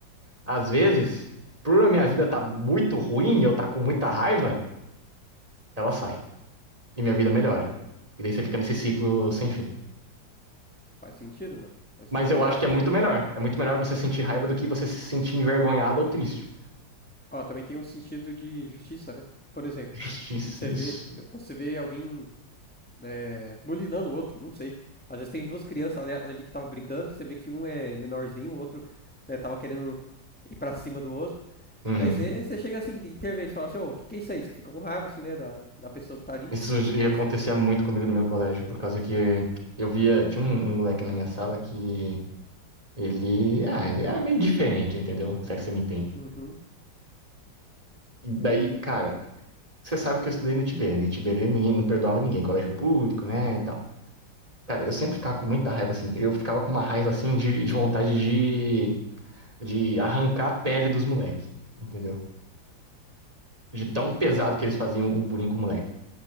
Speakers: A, on the right; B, in the centre.
A: às vezes, por a minha vida tá muito ruim e eu tá com muita raiva, ela sai.
B: Hum.
A: E minha vida melhora. E daí você fica nesse ciclo sem fim.
B: Faz sentido, mano. Faz
A: Mas
B: sentido.
A: eu
B: Eu
A: acho
B: acho
A: que
B: que
A: é muito
B: também,
A: melhor. É muito melhor você
B: ta-
A: sentir raiva do que você se sentir envergonhado ou triste.
B: ó, também tem o sentido de justiça, né? Por exemplo,
A: Justiça,
B: você
A: isso.
B: vê, você vê alguém é, bulinando o outro, não sei. Às vezes tem duas crianças ali, ali que estavam brigando, você vê que um é menorzinho, o outro, né, tava querendo ir pra cima do outro.
A: Uhum.
B: Daí você, você chega assim, de- intervém, você fala assim, ô, o que que é isso aí? Você fica com raiva, assim, né, da, da pessoa que tá ali.
A: Isso ia
B: Isso.
A: acontecer muito comigo no meu colégio, por causa que eu via. Tinha um, um moleque na minha sala que ele. Ah, ele era meio diferente, entendeu? Se é que você me entende.
B: Uhum.
A: E daí, cara, você sabe que eu estudei no Tiberê. No Tiberê ninguém não perdoava ninguém, colégio público, né? E tal. Cara, eu sempre ficava com muita raiva assim. Eu ficava com uma raiva assim de, de vontade de, de arrancar a pele dos moleques, entendeu? de tão pesado que eles faziam o bullying com o moleque.